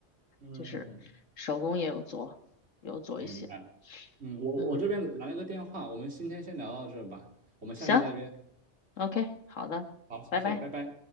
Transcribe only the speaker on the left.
就是手工也有做，有做一些。
嗯，
行，OK，好的，
拜拜。